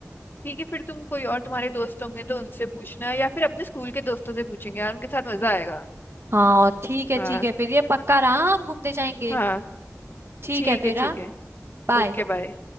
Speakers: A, on the left; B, on the right.
A: ठीक है फिर तुम कोई और तुम्हारे दोस्त होंगे तो उनसे पूछना या फिर अपने स्कूल के दोस्तों से पूछेंगे यार उनके साथ मजा आएगा
B: हाँ ठीक है
A: हाँ
B: ठीक है फिर ये पक्का रहा हम घूमने जाएंगे
A: हाँ
B: ठीक
A: ठीक
B: है
A: है
B: फिर
A: ठीक
B: हाँ
A: है
B: बाय
A: Okay bye